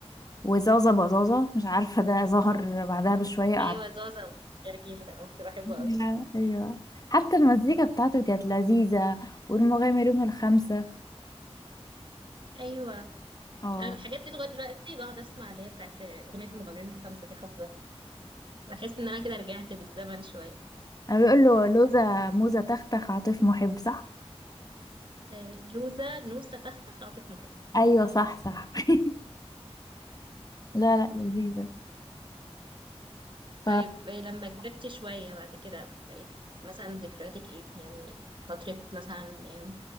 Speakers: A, on the left; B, on the right.
A: وزازة بزازة مش عارفة ده ظهر بعدها بشوية
B: ايوه زازا والجرجير ده أه، كنت بحبه قوي
A: يا- ايوه حتى المزيكا بتاعته كانت لذيذة والمغامرون الخمسة
B: ايوه
A: اه
B: انا من الحاجات دي لغايه دلوقتي بقعد اسمع اللي هي بتاعت اغنيه المغامرين الخمسه دي حافظاها بحس ان انا كده رجعت بالزمن شويه
A: انا بيقول له لوزة موزة تختخ عاطف محب صح
B: آه، لوزه نوسه تخته خاطف محب
A: ايوه صح صح <laughs> لا لا لذيذة ف
B: طيب آه، لما كبرت شويه بعد كده بقيت مثلا ذكرياتك ايه يعني فتره مثلا آه،